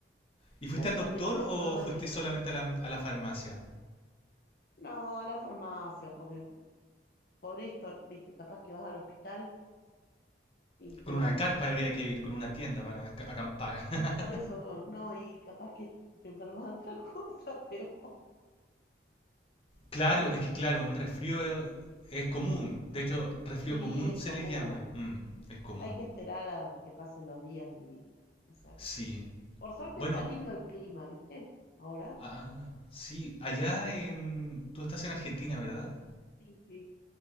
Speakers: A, on the left (about 30°); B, on the left (about 55°).
A: ¿Y fuiste
B: Justamente,
A: al doctor o
B: has dado
A: fuiste
B: en el...
A: solamente a la, a la farmacia?
B: No, a la farmacia, porque por esto, viste, capaz que vas al hospital y te
A: Con
B: dan...
A: una carpa habría que ir, con una tienda para ac- acampar. <laughs>
B: Y por eso, no, y capaz que te enfermas de otra <laughs> cosa peor.
A: Claro,
B: Este,
A: es que claro, un resfrío eh, es común. De hecho, resfrío
B: y
A: común
B: es
A: se
B: común.
A: le llama. Mm, es común.
B: Hay que esperar a que pasen los días y listo. O sea,
A: Sí.
B: por suerte
A: Bueno,
B: está lindo el clima, ¿viste? Ahora.
A: ah, sí, allá en... Tú estás en Argentina, ¿verdad?
B: Sí, sí.